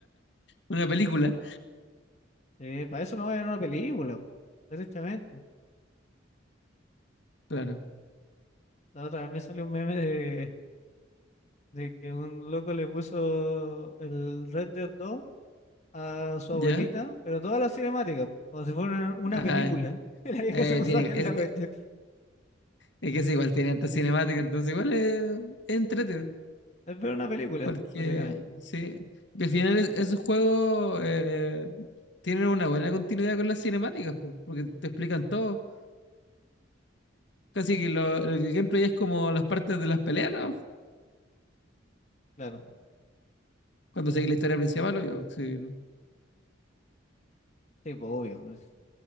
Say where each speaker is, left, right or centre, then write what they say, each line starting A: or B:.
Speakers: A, on the left; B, on the left.
A: Una película,
B: Sí, para eso me voy a ver una película, po, derechamente.
A: claro.
B: La otra vez me salió un meme de, de que un loco le puso el Red Dead 2 a su
A: ¿Ya?
B: abuelita, pero todas las cinemáticas, como si fuera una
A: Ajá.
B: película. <laughs> Y la vieja
A: Eh,
B: se puso
A: tiene,
B: a ver
A: es,
B: la cuestión.
A: eh, es que es igual, tiene harta cinemática, entonces igual es, es entretenido.
B: Es ver una película,
A: Porque,
B: básicamente.
A: sí, que al final es- esos juegos eh, tienen una buena continuidad con las cinemáticas, po, porque te explican todo. Casi que lo, el gameplay es como las partes de las peleas, ¿no?
B: Claro,
A: Cuando seguís la historia principal, obvio, sí, ¿no?
B: sí, pues obvio, pues,